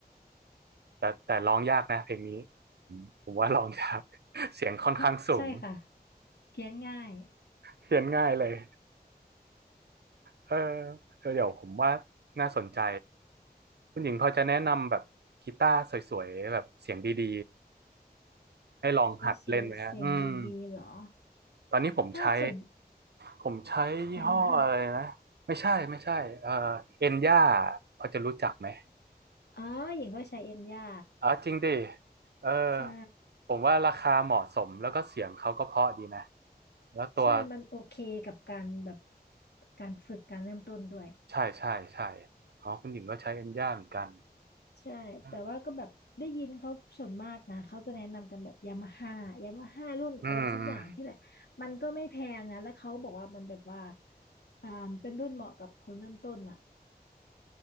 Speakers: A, on the right; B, on the left.
A: แต่แต่ร้องยากนะเพลงนี้ผมผมว่าร้องยาก <laughs> เสียงค่อนข้างสูง
B: ถ้าใช่ค่ะเพี้ยนง่าย
A: เขียนง่ายเลยเออเออเดี๋ยวผมว่าน่าสนใจคุณหญิงพอจะแนะนำแบบกีตาร์สวยๆแบบเสียงดีๆให้ลองหัดเล่นไหมฮะอืม
B: สวยๆเสียงดีๆเหรอ
A: ตอนนี้ผมใช้
B: ถ้าส่วน
A: ผมใช้ยี่ห้ออะไรนะไม่ใช่ไม่ใช่เอ่อเอ็นย่า
B: ยามาฮ่า
A: พอจะรู้จักไหม
B: อ๋อหญิงก็ใช้เอ็นย่า
A: อ๋อจริงดิเออ
B: ใช่
A: ผมว่าราคาเหมาะสมแล้วก็เสียงเขาก็เพราะดีนะแล้วตัว
B: ใช่ มันโอเคกับการแบบการฝึกการเริ่มต้นด้วย
A: ใช่ใช่ใช่อ๋อคุณหญิงก็ใช้เอ็นย่าเหมือนกัน
B: ใช่
A: เออ
B: แต่ว่าก็แบบได้ยินเขาส่วนมากนะ เขาจะแนะนำกันแบบยามาฮ่ายามาฮ่ารุ่นอะไรสักอย่างที่แหละ
A: อืมอืม
B: มันก็ไม่แพงนะ แล้วเขาบอกว่ามันแบบว่าอ่าเป็นรุ่นเหมาะกับคนเริ่มต้นอ่ะ